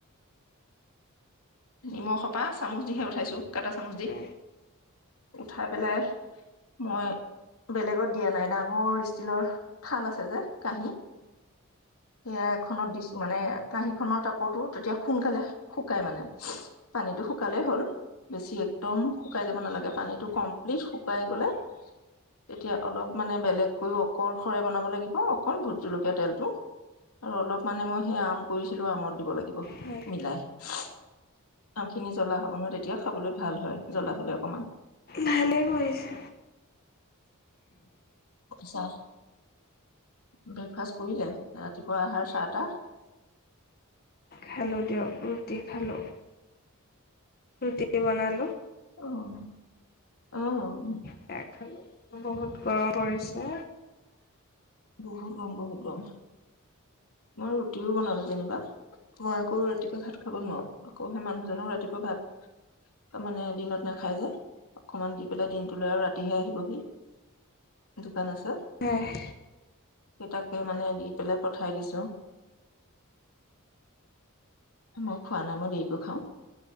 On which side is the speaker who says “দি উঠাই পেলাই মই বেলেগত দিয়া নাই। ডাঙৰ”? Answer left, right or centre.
Left